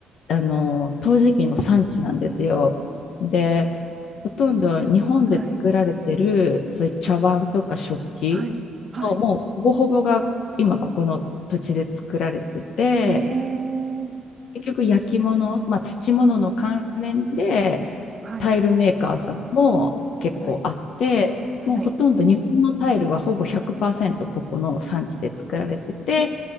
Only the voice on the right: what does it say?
ですね。はい。
はい。はい。
えー、
はい。
はい。はい。
え、